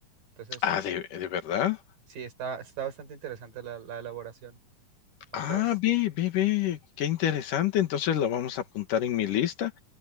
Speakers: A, on the right; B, on the left.
A: Entonces,
B: Ah, ¿de de verdad?
A: sí, está, está bastante interesante la, la elaboración. Otras,
B: Ah, ve, ve, ve, qué interesante. Entonces lo vamos a apuntar en mi lista.